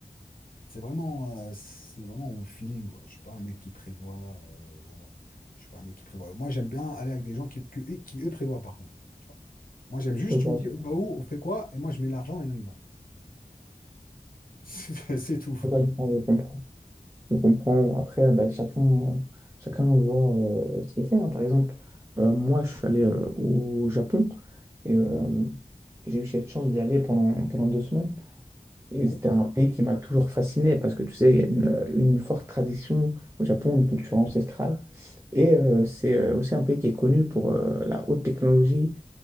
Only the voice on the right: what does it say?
Je vois,
je vois.
Je comprends, je comprends. Je comprends. Après, ben, chacun, euh, chacun voit euh, ce qu'il fait. hein. Par exemple, euh, moi, je suis allé euh, au Japon et euh, j'ai eu cette chance d'y aller pendant, pendant deux semaines. Et
c'était un pays qui m'a toujours fasciné parce que tu sais, il y a une, une forte tradition au Japon, une culture ancestrale. Et euh, c'est euh, aussi un pays qui est connu pour euh, la haute technologie.